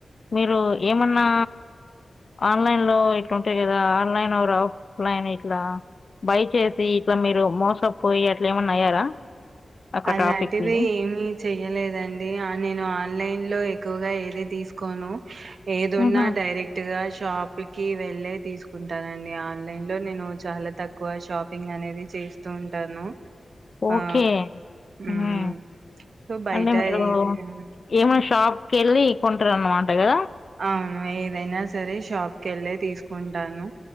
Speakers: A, on the left; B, on the right.
A: మీరు ఏమన్నా ఆన్లైన్ లో ఇట్లుంటయి కదా ఆన్లైన్రు ఆర్ ఆఫ్లైన్ ఇట్లా, బై చేసి ఇట్లా మీరు మోస పోయి అట్ల ఏమన్నా అయ్యారా. ఒక
B: అలాంటివీ
A: టాపిక్ ఇది
B: ఏమి చెయ్యలేదండీ అన్ నేను ఆన్లైన్ లో ఎక్ క్కువగా ఏది తీసుకోను. ఏదున్నా
A: ఉహు
B: డైరెక్ట్ గా షాప్ల కీ వెళ్ళే తీసుక్ కుంటానండి ఆన్లైన్ లో నేను చాలా తక్కువ షాపింగ్ అనేది చేస్తూ ఉంటాను.
A: ఓకే.
B: ఆ మ్మ్
A: ఆ
B: సో బయట
A: అంటే మీరు
B: ఏది
A: ఏమన్ షాప్ కెళ్ళీ కొంటరు అన్నమాట కదా
B: అవును ఏదైనా సరే షాప్ కెళ్ళే తీసుకుంటాను.